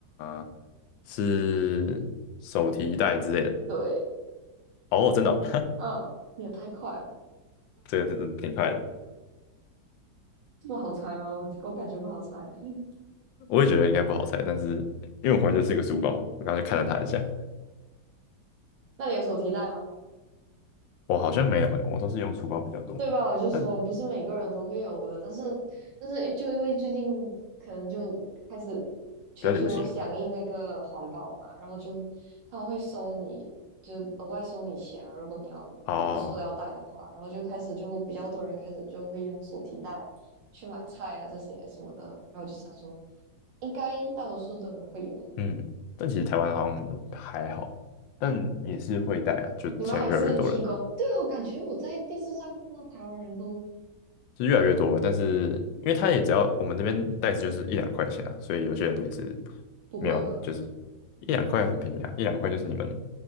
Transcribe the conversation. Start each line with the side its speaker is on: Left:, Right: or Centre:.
Left: 呃是手提袋之类的。
Right: 对，
Left: 哦，真的哦
Right: 嗯，你也太快了，
Left: <laughs> 这个真的挺快的。
Right: 这么好猜吗？我我感觉不好猜。<laughs>
Left: 我也觉得应该不好猜，但是因为我怀这是一个书包，我刚才就看了它一下。
Right: 那你有手提袋吗？
Left: 我好像没有诶，我都是用书包比较多，
Right: 对吧？我就说不是每个人都会有的，
Left: 但
Right: 但是但是就因为最近可能就开始全球都响应那个环保嘛，
Left: 比较流行嘛。
Right: 然后就他们会收你，就额外收你钱啊，如果你要一个塑料袋的话，
Left: 啊，
Right: 然后就开始就比较多人开始就会用手提袋去买菜啊这些什么的，然后就想说应该大多数的人会有的，
Left: 嗯，但其实台湾好像还好，但也是会带啊，就现在越来越多人，
Right: 你们还是提供，对啊，我感觉我在电视上看到台湾人都
Left: 是越来越多了。
Right: 还
Left: 但是因为他也只要我们那边袋子就是一两块钱啊，所以有些人也是没有，
Right: 不贵吗？
Left: 就是一两块很便宜啊，一两块就是你们